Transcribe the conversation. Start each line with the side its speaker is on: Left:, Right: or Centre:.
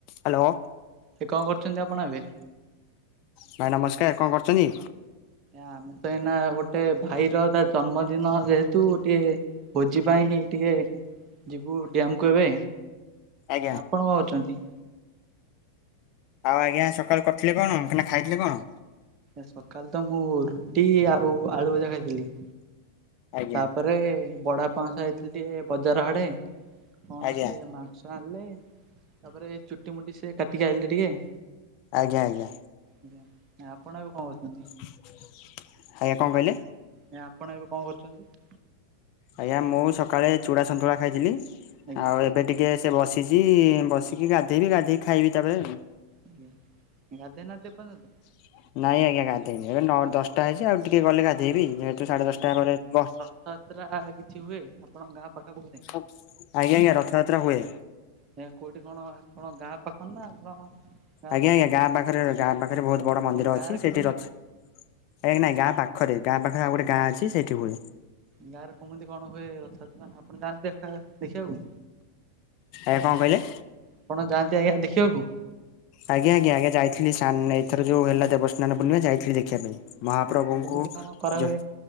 Left: Hello.
Right: ଇଏ କଣ କରୁଚନ୍ତି ଆପଣ ଏବେ?
Left: ଭାଇ ନମସ୍କାର୍ କଣ କରୁଚନ୍ତି?
Right: ଆମେ ତ ଏଇନା ଗୋଟେ ଭାଇର ତା ଜନ୍ମଦିନ ଯେହେତୁ ଗୋଟିଏ ଭୋଜି ପାଇଁକି ଟିକେ ଯିବୁ ଡ଼୍ୟାମ୍ କୁ ଏବେ।
Left: ଆଜ୍ଞା
Right: ଆପଣ କଣ କରୁଚନ୍ତି?
Left: ଆଉ ଆଜ୍ଞା ସକାଳୁ କରିଥିଲେ କଣ <unintelligible> ଖାଇଥିଲେ କଣ?
Right: ସକାଳେ ତ ମୁଁ ରୁଟି ଆଉ ଆଳୁ ଭଜା ଖାଇଥେଲି।
Left: ଆଜ୍ଞା
Right: ତାପରେ ବଡ଼ାପାଙ୍କ ସହିତ ଯାଇଥିଲି ଟିକେ ବଜାର ଆଡ଼େ କଣ
Left: ଆଜ୍ଞା
Right: ସିଏ ମା <unintelligible> ଆଣିଲେ ତାପରେ ଏ ଚୁଟି ମୁୁଟି ସେ କାଟିକି ଆଇଲେ ଟିକେ।
Left: ଆଜ୍ଞା ଆଜ୍ଞା
Right: ଆଜ୍ଞା। ଆପଣ ଏବେ କଣ କରୁଛନ୍ତି?
Left: ଆଜ୍ଞା କଣ କହିଲେ?
Right: ଆଜ୍ଞ। ଆପଣ ଏବେ କଣ କରୁଛନ୍ତି?
Left: ଆଜ୍ଞା ମୁଁ ସକାଳେ ଚୂଡ଼ା ସନ୍ତୁଳା ଖାଇଥିଲି
Right: ଆଜ୍ଞା
Left: ଆଉ ଏବେ ଟିକେ ସେ ବସିଛି ବସିକି ଗାଧେଇବି ଗାଧେଇକି ଖାଇବି ତାପରେ ଆଉ
Right: ଆଜ୍ଞା, ଗାଧେଇ ନାହାନ୍ତି ଏ ପର୍ଯ୍ୟନ୍ତ!
Left: <inaudible> ନାଇଁ ଆଜ୍ଞା ଗାଧେଇନି, ଏବେ ନ ଦଶଟା ହେଇଛି ଆଉ ଟିକେ ଗଲେ ଗାଧୋଇବି ଯେହେତୁ ସାଢ଼େ ଦଶଟା ପରେ ବ
Right: ଯାତ୍ରା କିଛି ହୁଏ ଆପଣଙ୍କ ଗାଁ ପାଖାପାଖି ରେ
Left: ଆଜ୍ଞା, ଆଜ୍ଞା ରଥଯାତ୍ରା ହୁଏ।
Right: ଆଜ୍ଞା କୋଉଠି କଣ ଆପଣ ଗାଁ ପାଖରେ ନା ଆପଣଙ୍କ
Left: ଆଜ୍ଞା ଆଜ୍ଞା ଗାଁ ପାଖରେ ଗାଁ ପାଖରେ ବହୁତ୍‌ ବଡ ମନ୍ଦିର
Right: ଗାଁରେ
Left: ଅଛି ସେଇଠି
Right: କେବେ ହୁଏ?
Left: ଅଛି ଆଜ୍ଞ। ନାଇଁ ଗାଁ ପାଖରେ ପାଖରେ ଗାଁ ପାଖରେ ଆଉ ଗୋଟେ
Right: ଆଜ୍ଞା
Left: ଗାଁ ଅଛି ସେଇଠି ହୁଏ।
Right: ଗାଁରେ କମିତି କଣ ହୁଏ ରଥଯାତ୍ରା ଆପଣ ଯାଆନ୍ତି ଦେଖିବାକୁ
Left: ଆଜ୍ଞା କଣ କହିଲେ?
Right: ଆପଣ ଯାନ୍ତି ଆଜ୍ଞା ଦେଖିବାକୁ
Left: ଆଜ୍ଞା ଆଜ୍ଞା ଆଜ୍ଞା ଯାଇଥିଲି ସ୍ନା ଏଥର ଯୋଉ ହେଲା ଦେବସ୍ନାନ ପୂର୍ଣ୍ଣିମା ଯାଇଥିଲି ଦେଖିବା ପାଇଁ ମହାପ୍ରଭୁଙ୍କୁ
Right: ଆଜ୍ଞା କେମିତି କଣ କରାହୁଏ
Left: ଜ